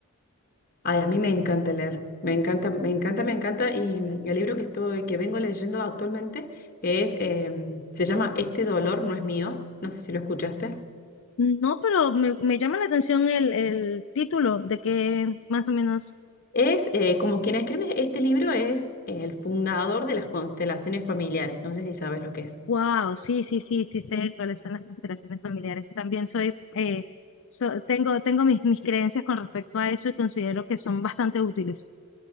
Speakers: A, on the left; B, on the left.
A: Ay, a mí me encanta leer, me encanta, me encanta, me encanta. Y mm, el libro que estoy, que vengo leyendo actualmente es, eh, se llama Este dolor no es mío. No sé si lo escuchaste.
B: No, pero me, me llama la atención el, el título de que más o menos,
A: Es eh, como quien escribe este libro es el fundador de las constelaciones familiares. No sé si sabes lo que es.
B: wow, sí, sí, sí, sí sé cuáles son las constelaciones familiares. También soy, eh, so- tengo, tengo mis, mis creencias con respecto a eso y considero que son bastante útiles.